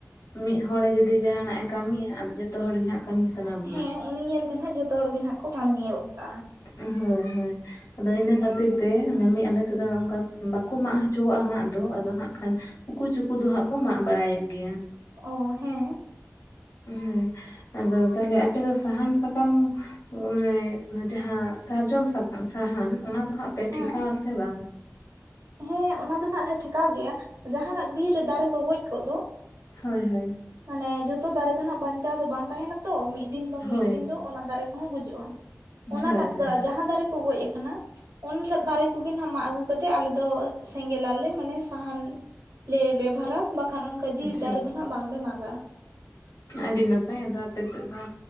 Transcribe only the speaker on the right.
ᱦᱮᱸ, ᱩᱱᱤ ᱧᱮᱞ ᱛᱮ ᱦᱟᱸᱜ ᱡᱷᱚᱛᱚ ᱦᱚᱲ ᱜᱮ ᱱᱟᱜ ᱠᱚ ᱠᱟᱹᱢᱤᱭᱚᱫ ᱠᱟᱜᱼᱟ᱾
ᱚ, ᱦᱮᱸ ᱾
ᱦᱮᱸ
ᱦᱮᱸ ᱚᱱᱟ ᱫᱚ ᱱᱟᱜᱞᱮ ᱴᱷᱮᱠᱟᱣ ᱜᱮᱭᱟ, ᱡᱟᱦᱟᱸᱱᱟᱜ ᱵᱤᱨ ᱨᱮ ᱫᱟᱨᱮ ᱠᱚ ᱜᱚᱡ ᱠᱚᱜ ᱫᱚ ᱾
ᱢᱟᱱᱮ ᱡᱷᱚᱛᱚ ᱫᱟᱨᱮ ᱫᱚ ᱱᱟᱜ ᱵᱟᱧᱪᱟᱣ ᱫᱚ ᱵᱟᱝ ᱛᱟᱦᱮᱱᱟ ᱾ ᱛᱚ ᱢᱤᱫ ᱫᱤᱱ ᱵᱟᱝ
ᱢᱤᱫ ᱫᱤᱱ ᱫᱚ ᱚᱱᱟ ᱫᱟᱨᱮ ᱠᱚᱦᱚᱸ ᱜᱩᱡᱩᱜᱼᱟ᱾ ᱚᱱᱟᱴᱟᱜ
ᱫᱚ ᱡᱟᱦᱟᱸ ᱫᱟᱨᱮ ᱠᱚ ᱜᱚᱡ ᱟᱠᱟᱱᱟ, ᱚᱱᱟᱴᱟᱜ ᱫᱟᱨᱮ ᱠᱚᱜᱮ ᱱᱟᱦᱟᱜ ᱢᱟᱜ ᱟᱹᱜᱩ ᱠᱟᱛᱮ ᱟᱞᱮ ᱫᱚ ᱥᱮᱸᱜᱮᱞ ᱟᱞᱮ ᱢᱟᱱᱮ ᱥᱟᱦᱟᱱ ᱞᱮ ᱵᱮᱵᱚᱦᱟᱨᱼᱟ, ᱵᱟᱠᱷᱟᱱ ᱚᱱᱠᱟ ᱡᱤᱣᱮᱫ
ᱫᱟᱨᱮ ᱫᱚ ᱱᱟᱜ ᱵᱟᱝᱞᱮ ᱢᱟᱜᱟ ᱾